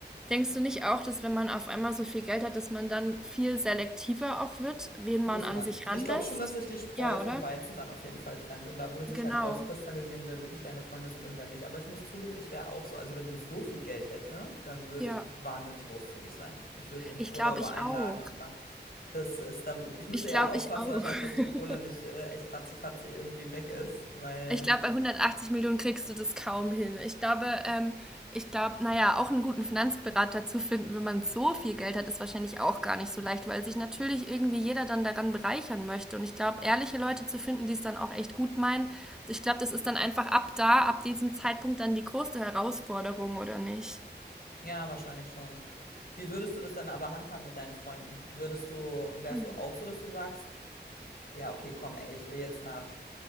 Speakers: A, in the centre; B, on the left (about 55°).
A: denkst du nicht auch, dass wenn man auf einmal so viel Geld hat, dass man dann viel selektiver auch wird, wen
B: muss
A: man an
B: man.
A: sich ranlässt?
B: Ich glaube schon, dass sich die Spreu
A: Ja,
B: vom
A: oder?
B: Weizen dann auf jeden Fall trennt. Und da würde sich
A: Genau.
B: halt rauskristallisieren, wer wirklich deine Freunde sind und wer nicht. Aber ich muss zugeben, ich wäre auch so, also wenn ich so viel Geld hätte, dann würde
A: Ja.
B: ich wahnsinnig großzügig sein. Ich würde in
A: Ich
B: Urlaube
A: glaube, ich
B: einladen
A: auch.
B: und bla. Das ist dann, ich müsste
A: Ich
B: eher
A: glaube,
B: aufpassen
A: ich auch.
B: wahrscheinlich, dass die Kohle
A: <laughs>
B: nicht äh, echt ratzifatzi irgendwie weg ist, weil
A: Ich glaube, bei 180 Millionen kriegst du das kaum hin. Ich glaube, ähm, ich glaube, naja, auch einen guten Finanzberater zu finden, wenn man so viel Geld hat, ist wahrscheinlich auch gar nicht so leicht, weil sich natürlich irgendwie jeder dann daran bereichern möchte. Und ich glaube, ehrliche Leute zu finden, die es dann auch echt gut meinen, ich glaube, das ist dann einfach ab da, ab diesem Zeitpunkt dann die größte Herausforderung, oder nicht?
B: ja, wahrscheinlich schon. Wie würdest du das dann aber handhaben mit deinen Freunden? Würdest du, wärst
A: Hm.
B: du auch so, dass du sagst, ja, okay, komm, ey, ich will jetzt nach